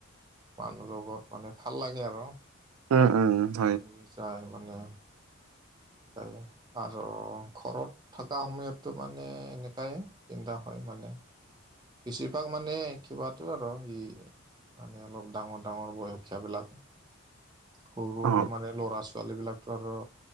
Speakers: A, on the right; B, on the right.
A: মানুহ লগত মানে ভাল লাগে আৰু!
B: উম উম উম
A: মিলি যায় মানে এনেক আৰু ঘৰত। থকা সময়তটো মানে এনেকাই পিন্ধা হয় মানে। বেছিভাগ মানে কিবাতো আৰু সেই। মানে অলপ ডাঙৰ, ডাঙৰ বয়সীয়াবিলাক। সৰু
B: অ
A: মানে লৰা ছোৱালী বিলাকতো আৰু!